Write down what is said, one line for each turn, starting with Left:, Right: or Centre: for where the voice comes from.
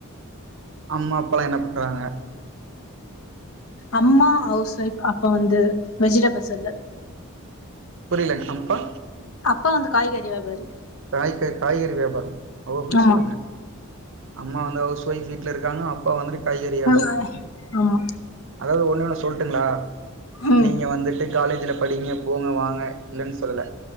Right: அம்மா அப்பாலா என்ன பண்றாங்க
Left: அம்மா அவுஸ் ஒய்ஃப் அப்பா வந்து வெஜிடபிள் செல்லர்
Right: புரியலங் அப்பா
Left: அப்பா வந்து காய்கறி வியாபாரி
Right: காய்க காய்கறி வியாபாரொ ஓ அப்டி
Left: ஆமா
Right: சொல்லுங்க அம்மா மா வந்து ஹவுஸ் ஒய்ஃப் வீட்ல இருக்காங்க அப்பா வந்துட்டு காய்கறி
Left: <unintelligible> ஆமா
Right: அதாவ்து ஒண்ணே ஒண்ணு சொல்ட்டுங்ளா
Left: ம்
Right: நீங்க வந்துட்டு காலேஜுல படிங்க போங்க வாங்க இல்லன் சொல்லல